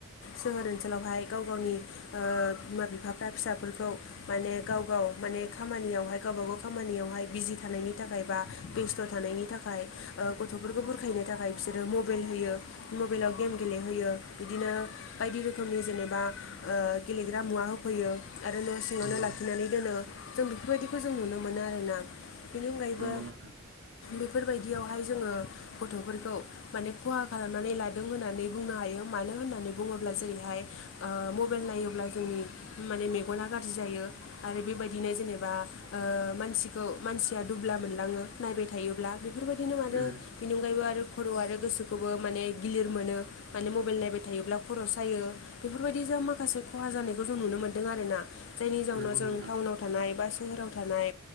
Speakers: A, on the left; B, on the right.
A: सोहोर ओनसोलावहाय गाव गावनि ओ बिमा बिफाफ्रा फिसाफोरखौ माने गाव गाव माने खामानियावहाय गावब गाव खामानियावहाय बिजि थानायनि थाखाय बा बेस्थ' थानायनि थाखाय गथ'फोरखौ बुरखायनो थाखाय बिसोरो मबाइल होयो मबेलाव गेम गेलेहोयो बिदिनो बायदि रोखोमनि जेनेबा ओ गेलेग्रा मुवा होफैयो आरो न' सिङावनो
B: नंगौ
A: लाखिनानै दोनो जों बेफोरबायदिखौ जों नुनो मोनो आरोना। बेनि अनगायैबो
B: नंगौ नंगौ नोंथां नंगौ नोंथां
A: बेफोरबायदियावहाय जोङो गथ'फोरखौ माने खहा खालाम माने लादों होननानै बुंनो हायो मानो होननानै बुङोब्ला जेरैहाय ओ मबाइल नायोब्ला जोंनि माने मेगना गाज्रि जायो। आरो बेबायदिनो जेनेबा ओ मानसिखौ मानसिया दुब्ला मोनलाङो नायबाय थायोब्ला बेफोरबायदिनो आरो
B: उम
A: बेनि अनगायैबो आरो खर' आरो गोसोखौबो माने गिलिर मोनो माने मबाइल नायबाय थायोब्ला खर' सायो। बेफोरबायदि जा माखासे खहा जानायखौ जों नुनो मोन्दों आरोना जायनि जाउनाव
B: नंगौ
A: जों
B: नोंथां
A: टाउनाव थानाय बा सोहोराव थानाय